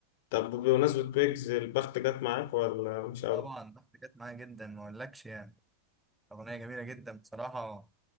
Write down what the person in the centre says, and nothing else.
طبعا ضغط جت معايا جدا ما اقولكش يعني اغنيه جميله جدا بصراحه